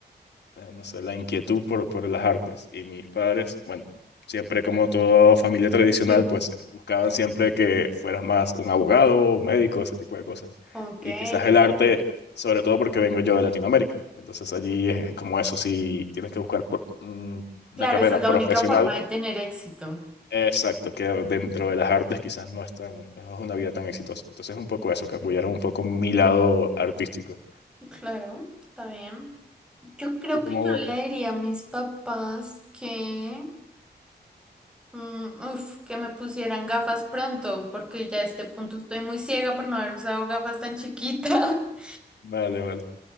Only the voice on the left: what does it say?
eh, no sé, la inquietud por, por las artes. Y mis padres, bueno, siempre como toda familia tradicional,
pues buscaban siempre que fueras más un abogado, un médico, ese tipo de cosas.
Y quizás
el arte, sobre todo porque vengo yo de Latinoamérica. Entonces allí es como eso, si tienes que buscar por, mm, una
carrera
profesional
Exacto, que dentro de las artes quizás no es tan, no es una vida tan exitosa. Entonces un poco eso, que apoyaron un poco mi lado artístico.
¿Tú cómo?
sí,
Vale, vale,